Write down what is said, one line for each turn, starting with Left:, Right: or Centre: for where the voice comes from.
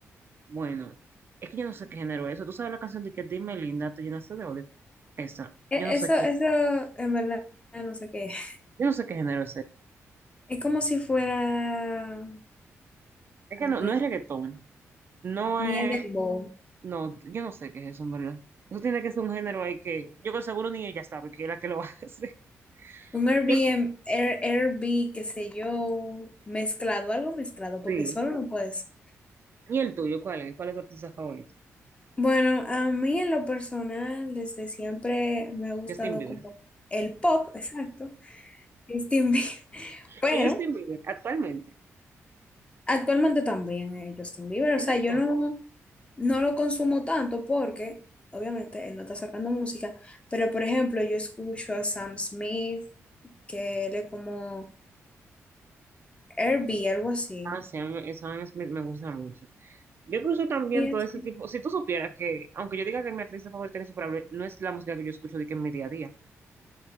Right: Bueno, es que yo no sé qué género es eso. ¿Tú sabes la canción de que Dime Linda, te llenaste de odio? Esa,
Left: E-
Right: yo no sé
Left: Eso,
Right: qué,
Left: eso en verdad no sé qué es.
Right: yo no sé qué género es ese.
Left: Es como si fuera
Right: Es que
Left: un
Right: no, no
Left: regga-
Right: es reggaetón, no es,
Left: ni es dembow,
Right: no, yo no sé qué es eso, en verdad. Eso tiene que ser un género ahí que yo con seguro ni ella sabe que es la que lo <laughs> hace.
Left: un Airbnb,
Right: Y el,
Left: Air, Airbnb, qué sé yo, mezclado, algo mezclado, porque
Right: sí.
Left: solo no puede ser.
Right: ¿Y el tuyo cuál es? ¿Cuál es tu artista favorito?
Left: Bueno, a mí en lo personal, desde siempre me ha gustado
Right: Justin Bieber.
Left: como el pop, exacto, Justin Bieber, <laughs> pero
Right: Es Justin Bieber, actualmente.
Left: actualmente también eh, Justin Bieber,
Right: Es
Left: o sea,
Right: verdad.
Left: yo no, No lo consumo tanto porque, obviamente, él no está sacando música, pero por ejemplo, yo escucho a Sam Smith, que él es como Herbie, algo así.
Right: Ah, sí, a mí- esa vaina es- me, me gusta mucho. Yo incluso también
Left: Y
Right: todo
Left: es-
Right: ese tipo, si tú supieras que, aunque yo diga que mi artista favorita es insuperable, no es la música que yo escucho de que en mi día a día.